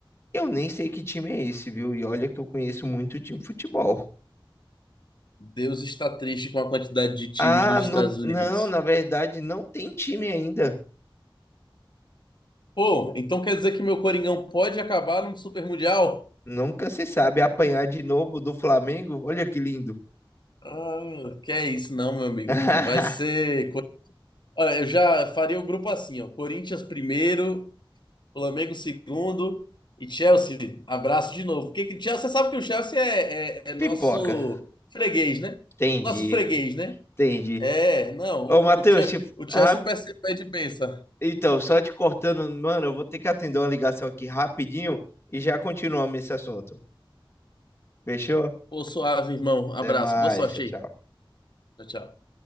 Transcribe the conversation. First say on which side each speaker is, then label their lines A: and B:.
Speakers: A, on the left; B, on the left.
A: Eu nem sei que time é esse, viu? E olha que eu conheço muito time de futebol.
B: Deus está triste com a quantidade de times
A: Ah,
B: nos
A: não,
B: Estados Unidos.
A: não, na verdade não tem time ainda.
B: Pô, então quer dizer que meu Coringão pode acabar num Super Mundial?
A: Nunca se sabe apanhar de novo do Flamengo. Olha que lindo.
B: Ah, que é isso, não, meu amigo.
A: <laughs>
B: Vai ser. Olha, eu já faria o grupo assim, ó. Corinthians primeiro, Flamengo segundo e Chelsea. Abraço de novo. Porque que- Chelsea, você sabe que o Chelsea é, é- é nosso
A: Pipoca.
B: freguês, né?
A: Entendi,
B: Nosso freguês, né?
A: entendi.
B: É, não. O,
A: Ô, Matheus,
B: o Che-
A: se-
B: o Chelsea
A: rap-
B: pede pede bênção.
A: então, só te cortando, mano, eu vou ter que atender uma ligação aqui rapidinho e já continuamos esse assunto. Fechou?
B: Pô, suave, irmão. Abraço.
A: Até mais,
B: Boa sorte
A: tchau,
B: aí.
A: tchau.
B: Tchau, tchau.